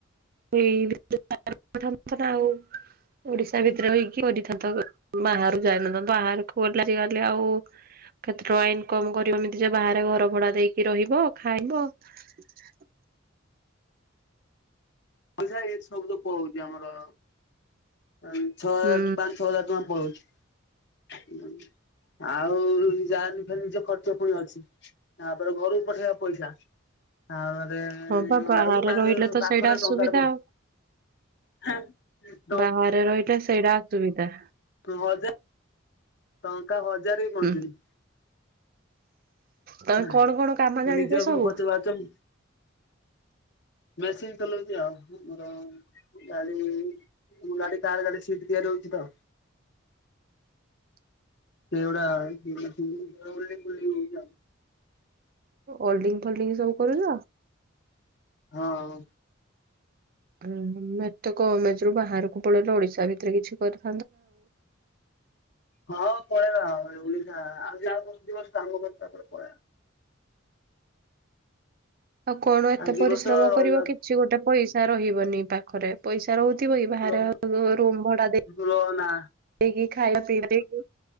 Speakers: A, on the right (about 45°); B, on the left (about 55°).
A: <unintelligible> ଆଉ ଓଡିଶା ଭିତେରେ ରହିକି କରିଥାନ୍ତ। ବାହାରୁକୁ ଯାଇନଥାନ୍ତ। ବାହାରୁକୁ ଗଲେ ଆଜିକାଲି ଆଉ କେତେ ଟଙ୍କା ଇନକମ୍ କରିବ ଏମିତି ଯେ ବାହାରେ ଘର ଭଡା ଦେଇକି ରହିବ, ଖାଇବ। <unintelligible>
B: ପଇସା ଏଇ ସବୁ ତ ପଳଉଛି ଆମର। ଆଁ ଛଅ
A: ହୁଁ
B: ପାଞ୍ଚ ଛଅ ହଜାର ଟଙ୍କା ପଳଉଛି। ଉଁ ଆଉ ଯା <unintelligible> ଫେରେ ନିଜ ଖର୍ଚ୍ଚ ପୁଣି ଅଛି। ତାପରେ ଘରୁକୁ ପଠେଇଆ ପଇସା। ଆଉ <unintelligible>
A: ହଁ ବା
B: ଗଲା
A: ବାହାରେ
B: ବେଳକୁ ପାଖ୍
A: ରହିଲେ ତ
B: ପାଖରେ
A: ସେଇଟା ଅସୁବିଧା
B: ଟଙ୍କା ଟେ ପ
A: ଆଉ।
B: ଏଁ
A: ବାହାରେ ରହିଲେ ସେଇଟା ଅସୁବିଧା।
B: ହଜାର ଟଙ୍କା ହଜାର ବି ବଞ୍ଚୁନି।
A: ହୁଁ ତମେ
B: ହୁଁ
A: କଣ କଣ କାମ ଜାଣିଛ
B: ନିଜର ପୁଣି
A: ସବୁ?
B: ଖର୍ଚ୍ଚ ବାର୍ଚ୍ଚ। ମେସିନ୍ ଚଲଉଛି ଆଉ ମୁର ଗାଡି ଗାଡି କାର ଗାଡି ସିଟ୍ ତିଆରି ହଉଛି ତ।
A: <unintelligible>
B: ସେଗୁଡା ମେସିନ ଓଲଡିଂ ଫୋଲଡିଂ ହଉଚି ଆଉ।
A: ଓଲଡିଙ୍ଗ ଫୋଲଡିଙ୍ଗ ସବୁ କରୁଛ?
B: ହଁ।
A: ହୁଁ ହୁଁ ଏତେ କମ୍ ଏଜରୁ ବାହାରକୁ ପଳେଇଲ ଓଡିଶା ଭିତରେ କିଛି କରି
B: ହଁ ପଳେଇବା ଆଉ ଓଡିଶା ଆଉ ଆଉ ବର୍ଷେ ଦିବର୍ଷ କାମକରି ତାପରେ ପଳେଇଆ।
A: ଆଉ କଣ ଏତେ
B: ଆଉ ଦି
A: ପରିଶ୍ରମ
B: ବର୍ଷ
A: କରିବ
B: ରହିବା
A: କିଛି ଗୋଟେ ପଇସା ରହିବନି ପାଖରେ ପଇସା ରହୁଥିବ କି ବାହାରେ
B: ର
A: ରୁ-ରୁମ ଭଡା ଦେ-ଦେଇକି।
B: ର ନା
A: ଖାଇବା ପିଇବା ଦେଇକି।